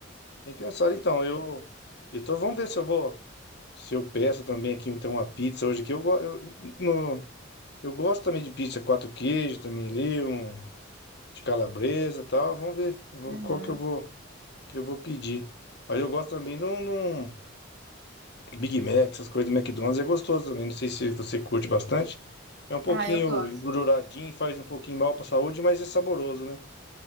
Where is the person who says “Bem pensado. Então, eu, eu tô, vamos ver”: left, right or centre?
Left